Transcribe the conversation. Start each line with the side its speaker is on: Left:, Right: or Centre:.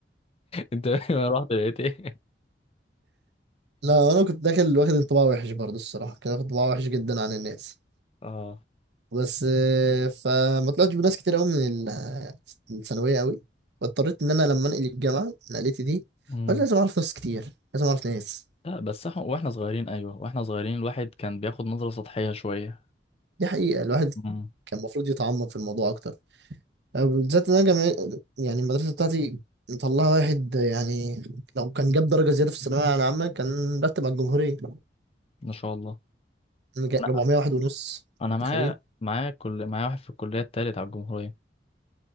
Left: انت فاهم انا رحت لقيت ايه
Right: لا انا كنت داخل واخد انطباع وحش برضه الصراحه كنت واخد انطباع وحش جدا عن الناس
Left: اه
Right: بس آه، فما طلعتش بناس كتير قوي من ال- الثانويه قوي فاضطريت ان انا لما انقل الجامعه نقلتي دي
Left: مم.
Right: قلت لازم اعرف ناس كتير لازم اعرف ناس
Left: لا بس احنا واحنا صغيرين ايوه واحنا صغيرين الواحد كان بياخد نظره سطحيه شويه
Right: دي حقيقه الواحد
Left: مم.
Right: كان المفروض يتعمق في الموضوع اكتر آه، بالذات ان انا جامعة يعني المدرسه بتاعتي مطلعه واحد آه، يعني لو كان جاب درجه زياده في الثانويه العامه كان رتب على الجمهوريه
Left: ما شاء الله
Right: أنا جاي-
Left: انا
Right: 400 واحد ونص
Left: انا
Right: أنت
Left: معايا
Right: متخيل
Left: معايا كل معايا واحد في الكليه التالت على الجمهوريه